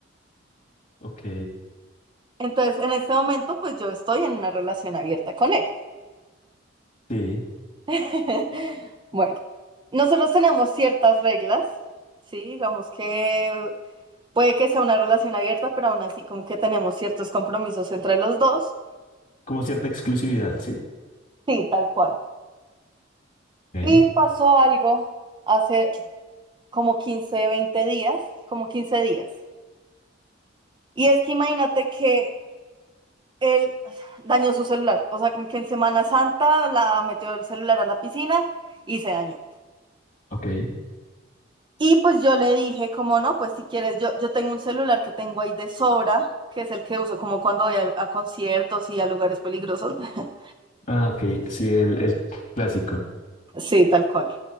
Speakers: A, on the left; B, on the right.
A: ok,
B: Entonces, en este momento, pues yo estoy en una relación abierta con él.
A: sí.
B: <laughs> Bueno, nosotros tenemos ciertas reglas, ¿sí? Digamos que puede que sea una relación abierta, pero aún así como que tenemos ciertos compromisos entre los dos.
A: Como cierta exclusividad, ¿sí?
B: Sí, tal cual.
A: Ok,
B: Y pasó algo hace como 15, 20 días, como 15 días. Y es que imagínate que él dañó su celular, o sea, como que en Semana Santa la metió el celular a la piscina y se dañó.
A: ok.
B: Y pues yo le dije, como no, pues si quieres, yo, yo tengo un celular que tengo ahí de sobra, que es el que uso como cuando voy a, a conciertos y a lugares peligrosos. <laughs>
A: Ah, ok, sí, el, el clásico.
B: Sí, tal cual.